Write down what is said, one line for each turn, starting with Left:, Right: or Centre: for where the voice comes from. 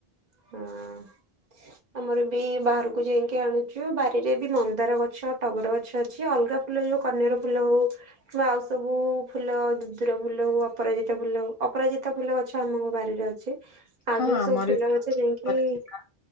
Right: <unintelligible> ଆମର ବି ବାହାରକୁ ଯାଇକି ଆଣୁଛୁ ବାରିରେ ବି ମନ୍ଦାର ଗଛ ଟଗର ଗଛ ଅଛି ଅଲଗା ଫୁଲ ଯୋଉ କନିଆର ଫୁଲ ହଉ କିମ୍ବା ଆଉ ସବୁ ଫୁଲ ଦୁଦୁରା ଫୁଲ ହଉ ଅପରାଜିତା ଫୁଲ ହଉ ଅପରାଜିିତା ଫୁଲ ଗଛ ଆମ ବାରିରେ ଅଛି ଆଉ
Left: ହଁ
Right: ଯୋଉ
Left: ଆମର
Right: ସବୁ ଫୁଲ
Left: ବି
Right: ଗଛ
Left: ଅଛି
Right: ଯାଇକି
Left: ଅପରାଜିତା।